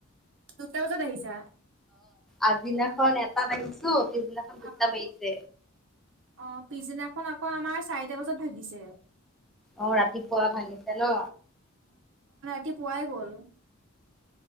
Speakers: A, on the right; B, in the centre.
A: দুটাওত দেিছা
B: আগদিনাখন এটা লিছো পিছদিনাখন দুটা
A: অ'
B: বা়িছে
A: অ পিছদিনাখন আকৌ আমাৰ চাৰিটা বজাত ভাগিছে।
B: অ ৰাতিপুৱা ভাঙিছে ন
A: এতি পোৱাই গ'ল